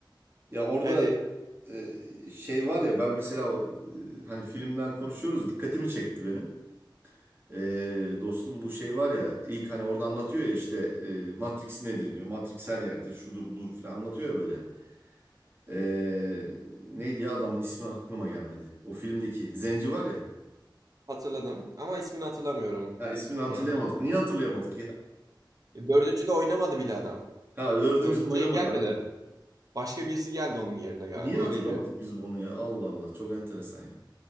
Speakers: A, on the right; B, on the right.
A: Ya orada
B: Yani
A: e, şey var ya ben mesela o, e, hani filmden konuşuyoruz dikkatimi çekti benim. Ee, dostum bu şey var ya ilk hani orada anlatıyor ya işte e, Matrix nedir diyor. Matrix her yerdir şudur budur filan anlatıyor ya böyle. Ee, neydi ya adamın ismi aklıma gelmedi. O filmdeki Zenci var ya.
B: hatırladım ama ismini hatırlamıyorum.
A: Ha, ismini hatırlayamadık.
B: Yani
A: Niye hatırlayamadık ya?
B: dördüncü de oynamadı bile adam.
A: Ha dördüncü
B: Dördüncüye
A: de oynamadı
B: gelmedi.
A: aynen.
B: Başka birisi geldi onun yerine galiba.
A: Niye hatırlamadık
B: Öyleydi.
A: biz onu ya? Allah Allah çok enteresan ya.